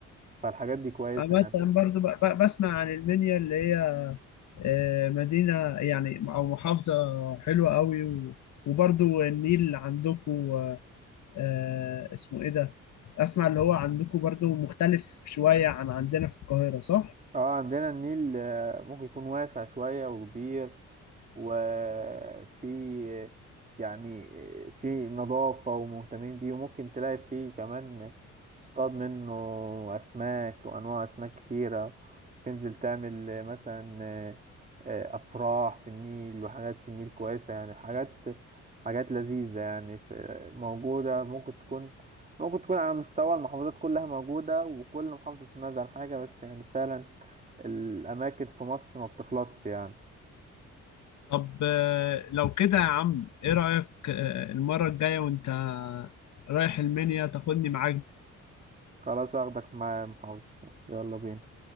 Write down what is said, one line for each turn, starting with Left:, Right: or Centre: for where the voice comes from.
Right: فالحاجات دي كويسة
Left: أنا
Right: يعني
Left: مثلا برضو ب- ب- بسمع عن المنيا اللي هي آه، مدينة يعني أو محافظة حلوة قوي و- وبرضو النيل عندكم آه اسمه ايه ده اسمع اللي هو عندكم برضو مختلف شوية عن عندنا في القاهرة صح
Right: اه عندنا النيل آه، ممكن يكون واسع شوية وكبير وفي يعني في نظافة ومهتمين بيه وممكن تلاقي فيه كمان تصطاد منه أسماك وأنواع أسماك كتيرة تنزل تعمل مثلا آه، أفراح في النيل وحاجات في النيل كويسة يعني حاجات حاجات لذيذة يعني في- موجودة ممكن تكون ممكن تكون على مستوى المحافظات كلها موجودة وكل محافظة بتميز عن حاجة بس يعني فعلا الأماكن في مصر ما بتخلصش يعني
Left: طب آه، لو كده يا عم ايه رأيك آه، المرة الجاية وانت رايح المنيا تاخدني معاك
Right: خلاص هاخدك معايا يا محافظ يلا بينا